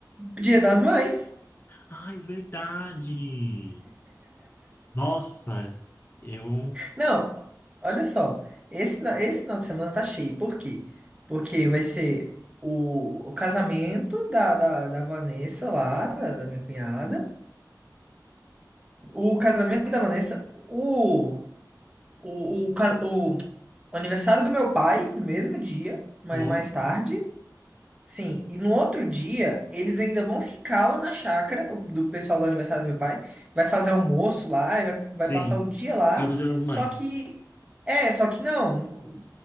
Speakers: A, on the right (about 15°); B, on the left (about 30°).
A: Dia das Mães.
B: Ai, verdade! Nossa, eu.
A: Não, olha só. Esse, fina- esse final de semana tá cheio. Por quê? Porque vai ser o, o casamento da, da, da Vanessa lá, da, da minha cunhada. O casamento da Vanessa, o, o, o, ca- o aniversário do meu pai, no mesmo dia, mas
B: Nossa,
A: mais tarde. Sim, e no outro dia, eles ainda vão ficar lá na chácara, o do pessoal do aniversário do meu pai, vai fazer almoço lá, e vai, vai
B: sim.
A: passar o dia lá,
B: É do Dia das Mães.
A: só que, é, só que não,